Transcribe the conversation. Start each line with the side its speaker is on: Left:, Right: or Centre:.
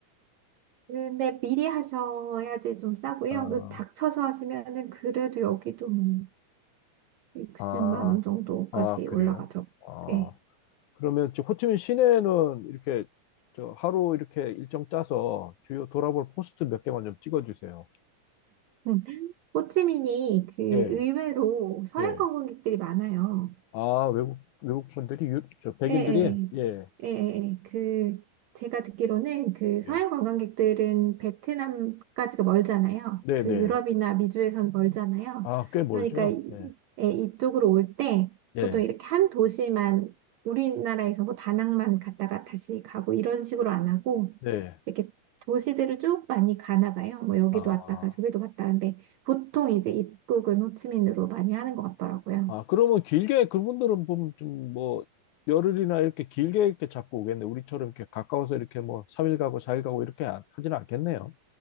Right: 근데 미리 하셔야지 좀 싸고요.
Left: 아,
Right: 그 닥쳐서 하시면은 그래도 여기도 뭐 60만
Left: 아,
Right: 원 정도까지
Left: 아, 그래요?
Right: 올라가죠.
Left: 아,
Right: 예.
Left: 그러면 저 호치민 시내는 이렇게 저 하루 이렇게 일정 짜서 주요 돌아볼 포스트 몇 개만 좀 찍어주세요.
Right: 음. 호치민이 그 의외로
Left: 예,
Right: 서양
Left: 예.
Right: 관광객들이 많아요.
Left: 아, 외국 외국 분들이 유, 저 백인들이
Right: 예, 예,
Left: 예,
Right: 예, 예, 예. 그, 제가 듣기로는 그 서양
Left: 예.
Right: 관광객들은 베트남까지가 멀잖아요.
Left: 네,
Right: 그
Left: 네.
Right: 유럽이나 미주에선 멀잖아요.
Left: 아, 꽤 멀죠?
Right: 그러니까 이,
Left: 네,
Right: 예, 이쪽으로 올 때
Left: 예,
Right: 보통 이렇게 한 도시만 우리나라에서 뭐 다낭만 갔다가 다시 가고 이런 식으로 안 하고
Left: 네.
Right: 이렇게 도시들을 쭉 많이 가나 봐요. 뭐 여기도
Left: 아.
Right: 왔다가 저기도 갔다. 근데 보통 이제 입국은 호치민으로 많이 하는 것 같더라고요.
Left: 아, 그러면 길게 그분들은 보면 좀 뭐 열흘이나 이렇게 길게 이렇게 잡고 오겠네. 우리처럼 이렇게 가까워서 이렇게 뭐삼일 가고 사일 가고 이렇게 안- 하지는 않겠네요.